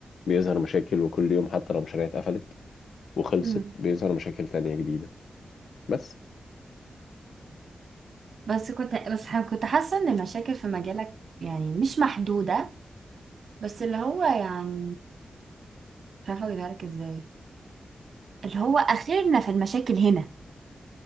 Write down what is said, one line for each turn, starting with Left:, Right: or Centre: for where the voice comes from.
Left: بيظهر مشاكل وكل يوم حتى لو مشاريع اتقفلت وخلصت
Right: مم.
Left: بيظهر مشاكل تانية جديدة بس
Right: بس كنت بس ح- كنت حاسة ان المشاكل في مجالك يعني مش محدودة بس اللي هو يعني مش عارفة اجيبها لك ازاي اللي هو اخرنا في المشاكل هنا